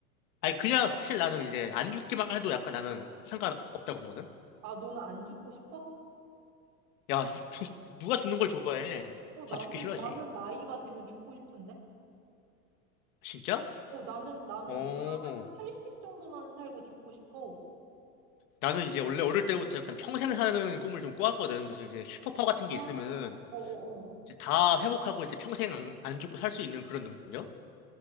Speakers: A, on the left; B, on the right.
A: 아니, 그냥 사실 나는 이제 안 죽기만 해도 약간 나는 상관없다고 보거든?
B: 아, 너는 안 죽고 싶어?
A: 야, 주- 주- 누가 죽는 걸 좋아해?
B: 어, 나는,
A: 다 죽기 싫어하지.
B: 나는 나이가 되면 죽고 싶은데?
A: 진짜?
B: 어, 나는, 나는
A: 어.
B: 한 80 정도만 살고 죽고 싶어.
A: 나는 이제 원래 어릴 때부터 약간 평생 사는 꿈을 좀 꿔왔거든. 그래서 이제 슈퍼파워
B: 아,
A: 같은 게 있으면은
B: 어어어.
A: 이제 다 회복하고 이제 평생 안, 안 죽고 살 수 있는 그런 능력?